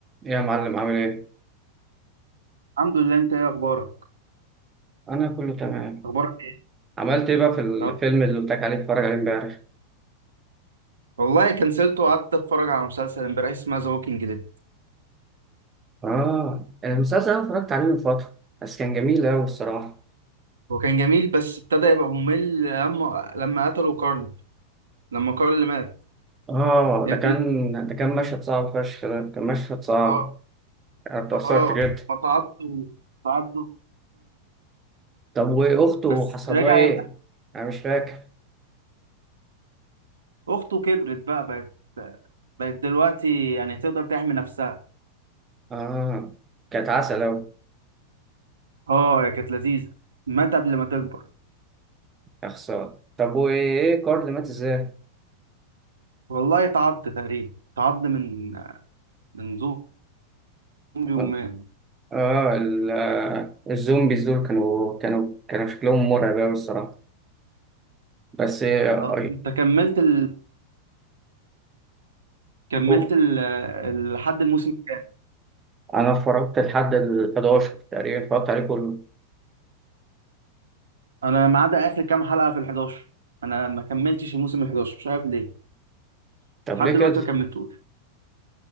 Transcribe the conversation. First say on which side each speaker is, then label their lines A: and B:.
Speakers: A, on the right; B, on the right.
A: إيه يا معلم عامل ايه؟
B: الحمد لله انت ايه اخبارك
A: انا كله تمام
B: اخبارك ايه
A: عملت ايه بقى في الفيلم
B: طب
A: اللي قلت لك عليه اتفرج عليه امبارح؟
B: والله كنسلته وقعدت اتفرج على مسلسل امبارح اسمه ذا ووكينج ديد
A: اه المسلسل انا اتفرجت عليه من فترة بس كان جميل اوي الصراحة
B: هو كان جميل بس ابتدى يبقى ممل لما لما قتلوا كارل لما كارل اللي مات
A: اه
B: يا
A: ده
B: ابن
A: كان
B: ال-
A: ده كان مشهد صعب فشخ ده كان مشهد صعب
B: اه
A: انا اتأثرت
B: اه
A: جدا
B: ما تعبته تعدوا
A: طب واخته
B: بس
A: حصل
B: رجع
A: لها ايه؟
B: يبقى
A: انا مش فاكر
B: اخته كبرت بقى بقت بقت دلوقتي يعني تقدر تحمي نفسها
A: اه كانت عسل اوي
B: اه هي كانت لذيذه مات قبل ما تكبر
A: يا خسارة طب وايه كارل مات ازاي؟
B: والله تعض تقريبا تعض من من زومبي ومات
A: اه آه، ال- آه، الزومبيز دول كانوا كانوا كانوا شكلهم مرعب اوي الصراحة بس آه،
B: اه انت كملت ال... كملت
A: ال-
B: ال- ال- لحد الموسم الكام
A: انا اتفرجت لحد ال 11 تقريبا اتفرجت عليه كله
B: انا ما عدا اخر كام حلقه في ال 11 انا ما كملتش الموسم ال 11 مش عارف ليه
A: طب
B: لحد
A: ليه كده
B: دلوقتي ما كملتوش